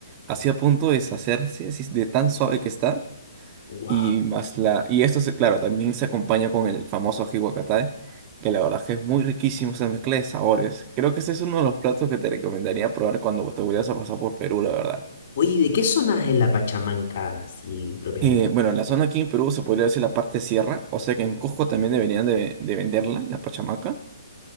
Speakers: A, on the right (about 30°); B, on the left (about 55°).
A: así a punto de deshacerse, así de tan suave que está.
B: wow.
A: Y más la, y esto se, claro, también se acompaña con el famoso ají guacatay, que la verdad es que es muy riquísimo esa mezcla de sabores. Creo que ese es uno de los platos que te recomendaría probar cuando te vayas a pasar por Perú, la verdad.
B: Oye, ¿de qué zona es la Pachamanca, así propiamente?
A: Eh, bueno, en la zona aquí en Perú se podría decir la parte sierra, o sea que en Cusco también deberían de, de venderla, la pachamaca.